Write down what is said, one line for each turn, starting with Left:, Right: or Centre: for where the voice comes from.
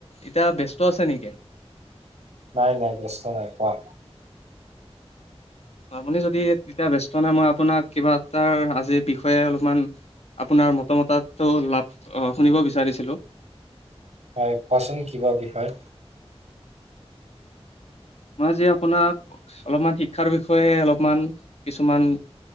Left: এতিয়া ব্যস্ত আছে নেকি?
Right: নাই নাই ব্যস্ত নাই, কোৱা।
Left: আপুনি যদি তেতিয়া ব্যস্ত নাই মই আপোনাক কিবা এটাৰ আজিৰ বিষয়ে অলমান আপোনাৰ মতামততো লাভ শুনিব বিচাৰিছিলোঁ।
Right: হয় কোৱাচোন কি বা বিষয়।
Left: মই আজি আপোনাক অলপমান শিক্ষাৰ বিষয়ে অলপমান কিছুমান।